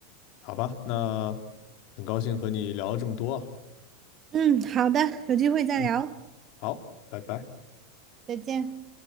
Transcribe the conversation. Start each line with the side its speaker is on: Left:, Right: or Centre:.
Left: 好吧，那很高兴和你聊了这么多啊。
Right: 嗯，好的，有机会再聊，
Left: 嗯，好，拜拜。
Right: 再见。